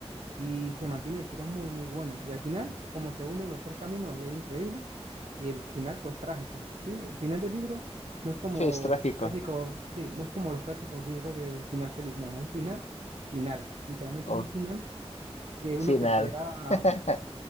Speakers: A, on the right; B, on the left.
A: y se mantiene una historia muy, muy buena. Y al final, como se unen los tres caminos, es increíble. Y el final, pues, trágico, ¿sí? El final del libro no es como
B: sí, es trágico,
A: los clásicos, sí, no es como los clásicos libros de final feliz, no, es un final final. Literalmente
B: o
A: es un final que
B: final,
A: uno se queda,
B: <laughs>